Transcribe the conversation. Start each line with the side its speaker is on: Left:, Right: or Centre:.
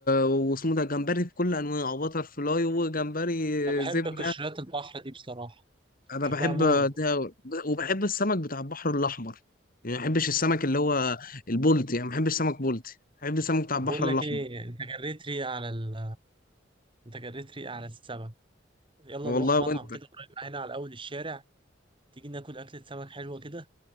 Left: واسمه ده جمبري بكل انواعه وبتر فلاي وجمبري
Right: انا بحب
Left: زبده
Right: قشريات البحر دي بصراحه
Left: انا
Right: بحبها
Left: بحب
Right: موت
Left: ده وبحب السمك بتاع البحر الاحمر يعني ما بحبش السمك اللي هو البولتي يعني ما بحبش سمك بولتي بحب السمك بتاع
Right: طب
Left: البحر
Right: بقول لك
Left: الاحمر
Right: ايه انت جريت ريقة على ال... انت جريت ريقة على السمك يلا
Left: والله
Right: نروح مطعم
Left: وانت
Right: كده قريب هنا على اول الشارع تيجي ناكل اكلة سمك حلوة كده